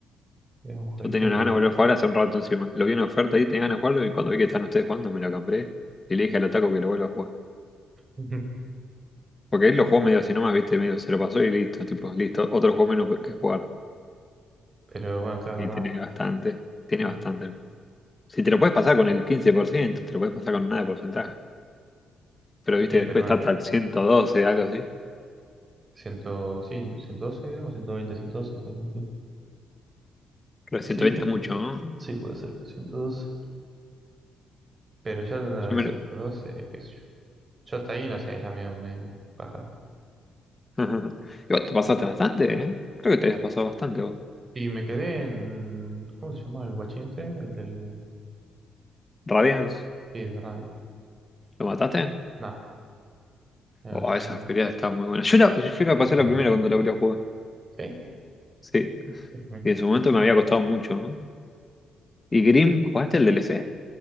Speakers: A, on the right; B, on the left.
A: Es un jueguito
B: yo tenía una
A: que...
B: gana de volver a jugar hace un rato encima. Lo vi en oferta ahí, tenía ganas de jugarlo y cuando vi que están ustedes jugando me lo compré y le dije al Otaku que lo vuelva a jugar.
A: <laughs>
B: Porque él lo jugó medio así nomás, viste, medio se lo pasó y listo, tipo, listo, otro juego menos que jugar.
A: Pero bueno, claro,
B: Y
A: es verdad.
B: tiene bastante, tiene
A: Mm.
B: bastante. Si te lo puedes pasar con el 15% te lo puedes pasar con nada de porcentaje. Pero viste,
A: Sí,
B: después
A: pero bueno.
B: está hasta el 112 algo así.
A: Ciento, sí, ¿no? ciento doce era, o ciento 112, pues, sí,
B: Pero el
A: Sí,
B: 120
A: pero
B: es mucho, ¿no?
A: sí puede ser, ciento doce Pero ya
B: Yo
A: el
B: me
A: 112,
B: lo...
A: qué sé yo. Yo hasta ahí, no sé, ya me, me baja.
B: <laughs> Y vos te pasaste bastante, ¿eh? Creo que te habías pasado bastante vos.
A: Y me quedé en... ¿Cómo se llama el guachín este? El del...
B: Radiance,
A: Sí, de radio.
B: ¿lo mataste?
A: No, mira
B: Oh,
A: que yo
B: esa
A: ahí me,
B: feria estaba muy buena. Yo la, yo la
A: mira
B: pasé
A: que
B: la
A: me
B: primera
A: borro.
B: cuando la abrí a jugar.
A: ¿Sí?
B: Sí.
A: Ujú.
B: Y en su momento me había costado mucho, ¿no? ¿Y Grimm, jugaste el DLC?